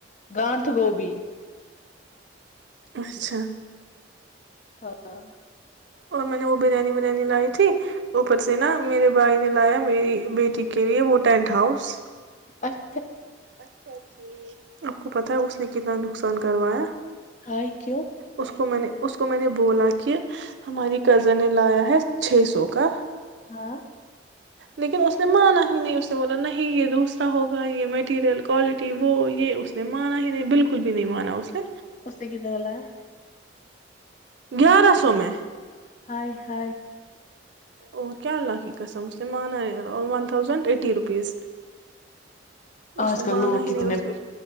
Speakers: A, on the left; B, on the right.
A: گانھ گوبھی
B: اچھا
A: ہاں
B: اور میں نے وہ بریانی بریانی لائی تھی اوپر سے نا میرے بھائی نے لایا میری بیٹی کے لیے وہ ٹینٹ ہاؤس
A: اچ
B: اچھاچ جی آپ کو پتا ہے اس نے کتنا نقصان کروایا
A: ہائے کیوں
B: اس کو میں نے اس کو میں نے بولا کہ ہماری کزن نے لایا ہے چھ سو کا
A: ہاں
B: لیکن اس نے مانا ہی نہیں اس نے بولا نہیں یہ دوسرا ہوگا یہ میں مٹیریلکالٹی وہ یہ اس نے مانا ہی نہیں بالکل بھی نہیں مانا اس نے
A: اسے کتنے والا ہے
B: گیارہ سو میں
A: ہ ہ
B: اور کیا لکی قسم مانا ون تھاؤزنڈ ایٹی روپیز اس
A: آج
B: نے
A: کل
B: مانا
A: لوگ
B: ہی
A: کتنے
B: نہیں اس
A: ہو
B: نے